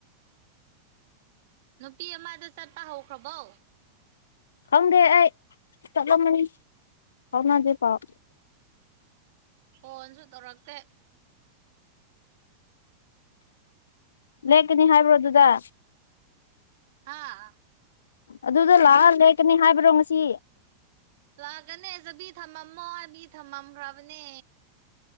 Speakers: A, on the right (about 50°); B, on the left (about 65°).
A: ꯅꯨꯄꯤ ꯑꯃꯗꯣ ꯆꯠꯄ ꯍꯧꯈ꯭ꯔꯕꯣ
B: ꯈꯪꯗꯦ ꯑꯩ ꯆꯠꯂꯝꯃꯅꯤ ꯐꯥꯎꯅꯗꯦ ꯄꯥꯎ
A: ꯐꯣꯟꯁꯨ ꯇꯧꯔꯛꯇꯦ
B: ꯂꯦꯛꯀꯅꯤ ꯍꯥꯏꯕ꯭ꯔꯣ ꯑꯗꯨꯗ
A: ꯍꯥꯥ
B: ꯑꯗꯨꯗ ꯂꯥꯛꯑꯒ ꯂꯦꯛꯀꯅꯤ ꯍꯥꯏꯕ꯭ꯔꯣ ꯉꯁꯤ
A: ꯂꯥꯛꯒꯅꯦ ꯆꯕꯤ ꯊꯝꯃꯝꯃꯣ ꯍꯥꯏꯕꯤ ꯊꯝꯃꯝꯈ꯭ꯔꯕꯅꯦ